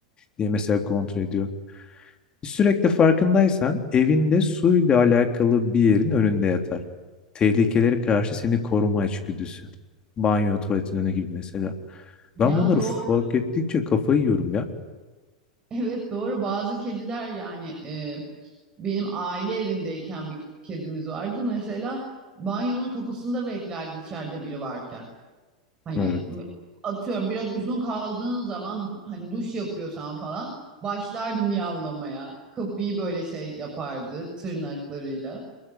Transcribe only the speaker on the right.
Ya
doğru.
Evet doğru. Bazı kediler yani e, benim aile evindeyken bir kedimiz vardı. Mesela banyonun kapısında beklerdi içeride biri varken. Hani
atıyorum biraz uzun kaldığın zaman hani duş yapıyorsan falan başlardı miyavlamaya. Kapıyı böyle şey yapardı tırnaklarıyla.